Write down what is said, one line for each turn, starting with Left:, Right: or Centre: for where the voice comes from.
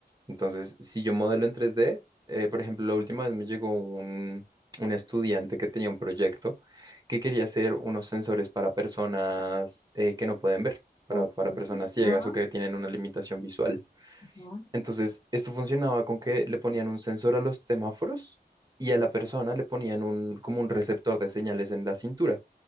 Right: entonces, si yo modelo en 3D, eh, por ejemplo, la última vez me llegó un, un estudiante que tenía un proyecto que quería hacer unos sensores para personas eh, que no pueden ver, para,
Left: Ok.
Right: para personas ciegas
Left: Ah,
Right: o que tienen una limitación visual.
Left: ah.
Right: Entonces, esto funcionaba con que le ponían un sensor a los semáforos y a la persona le ponían un, como un receptor de señales en la cintura.